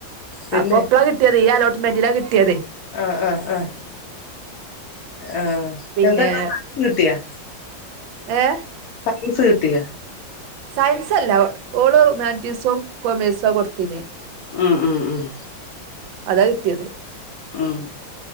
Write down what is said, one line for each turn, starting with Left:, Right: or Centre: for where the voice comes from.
Left: പിന്നെ
Right: അപ്പൊ എപ്പളാ കിട്ടിയത് ഈ അലോട്ട്മെന്റിലാ കിട്ടിയത്.
Left: ആഹ് ആഹ് ആഹ് ആഹ്
Right: പിന്നെ
Left: എന്താ <unintelligible> കിട്ടിയാ
Right: ഏഹ്
Left: സയൻസ് കിട്ടിയ
Right: സയൻസ് അല്ല ഓള് ഹ്യുമാൻറ്റി സും കൊമേഴ്സോ കൊടുത്തിനെ
Left: ആഹ് ആഹ് ആഹ്
Right: അതാ കിട്ടിയത്.
Left: ഉം